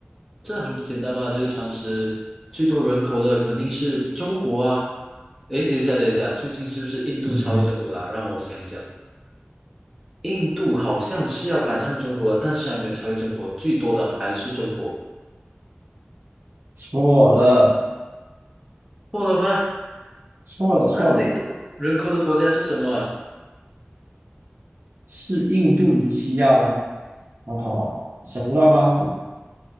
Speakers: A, in the centre; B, on the right (about 55°).
A: 这很简单吧？这个常识，最多人口的肯定是中国啊。诶，等一下，等一下，最近是不是印度超越中国了？
B: 嗯哼，
A: 让我想一想，印度好像是要赶上中国了，但是还没有超越中国，最多的还是中国，
B: 错了，
A: 错了吗？
B: 错了，错了，
A: 那最多人口的国家是什么啊
B: 是印度尼西亚哦。好好，想不到吧？